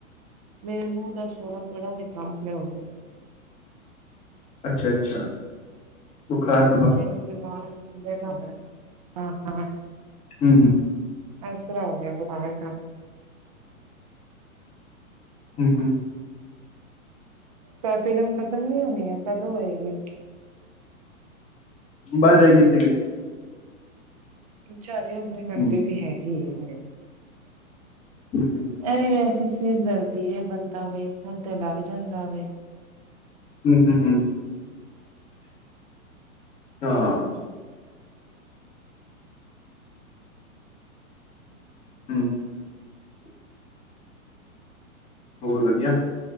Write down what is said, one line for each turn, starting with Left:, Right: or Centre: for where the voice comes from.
Right: ਮੇਰੇ ਮੂੰਹ ਦਾ ਸਵਾਦ ਬੜਾ ਬੇਕਾਰ ਜਿਹਾ ਹੋ ਗਿਆ।
Left: ਅੱਛਾ-ਅੱਛਾ। ਬੁਖਾਰ
Right: <unintelligible> ਹਾਂ-ਹਾਂ।
Left: ਹਮ-ਹਮ।
Right: ਐਸਰਾ ਹੋ ਗਿਆ ਬੁਖਾਰ ਨਾਲ।
Left: ਹ-ਹ।
Right: ਤਾ ਇਹ ਫ਼ਿਲਮ ਖ਼ਤਮ ਨੀ ਹੋਣੀ ਹੈ ਕਦੋਂ ਹੋਏਗੀ?
Left: ਬਸ ਰਹਿ ਗਈ <unintelligible>
Right: ਅੱਛਾ ਹਜੇ ਅੱਧੇ ਘੰਟੇ
Left: ਹੂੰ
Right: ਦੀ ਹੈਗੀ ਹੈ।
Left: ਹਮ-ਹਮ।
Right: ਇਹ ਵੀ ਵੈਸੇ ਸਿਰ ਦਰਦੀ ਏ ਬੰਦਾ ਵੇਖਣ ਤੇ ਲੱਗ ਜਾਂਦਾ ਵੇ।
Left: ਹੁ-ਹੂੰ, ਹੂੰ। ਹਾਂ
Right: <inaudible>
Left: ਹਮ ਹੋਰ ਵਧੀਆ।